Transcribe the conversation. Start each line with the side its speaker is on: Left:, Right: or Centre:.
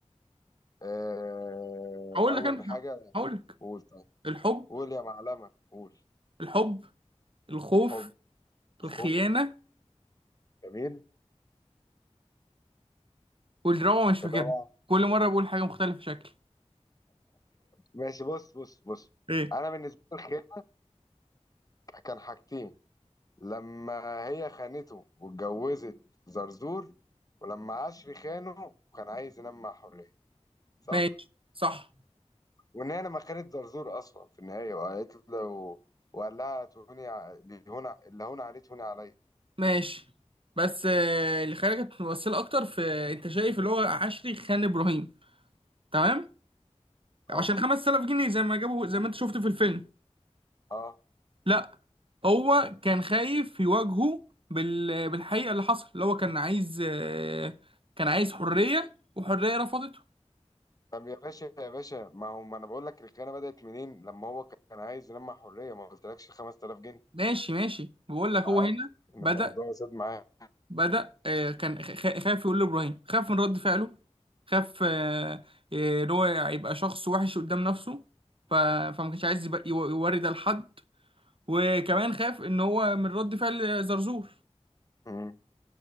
Left: آه
Right: هقول
Left: اول
Right: لك انا
Left: حاجه
Right: هقول لك
Left: قول طيب
Right: الحب
Left: قول يا معلمه قول
Right: الحب الخوف
Left: حب
Right: الخيانه
Left: خوف جميل
Right: والرابعه مش فاكرها
Left: الرابعه
Right: كل مره بقول حاجه مختلفه شكل
Left: ماشي بص بص بص
Right: ايه
Left: انا بالنسبه لي الخير كان حاجتين لما هي خانته واتجوزت زرزور ولما عشري خانه وكان عايز ينام مع حرية صح؟
Right: ماشي صح
Left: وان هي لما خانت زرزور اصلا في النهاية وقالت له وقال لها تهوني ع- لهون ع- اللي هون عليه تهوني عليا
Right: ماشي بس آه، اللي خلاني كانت ممثلة أكتر في أنت شايف اللي هو عشري خان إبراهيم تمام عشان
Left: اه
Right: 5000 جنيه زي ما جابوا زي ما أنت شفت في الفيلم
Left: اه
Right: لا هو كان خايف يواجهه بال... بالحقيقة اللي حصل اللي هو كان عايز آه، كان عايز حرية وحرية رفضته
Left: طب يا باشا يا باشا ما هو ما انا بقول لك الخيانة بدأت منين لما هو كان عايز ينام مع حرية ما قلتلكش 5000 جنيه
Right: ماشي ماشي بقول لك هو
Left: عارف
Right: هنا
Left: ان
Right: بدأ
Left: الموضوع زاد معاه
Right: بدأ آه، كان خ- خ- خاف يقول لإبراهيم خاف من رد فعله خاف آه، آه، إن هو يبقى شخص وحش قدام نفسه ف... فما كانش عايز يبقى- يو- يوري ده لحد وكمان خاف إن هو من رد فعل زرزور
Left: مم.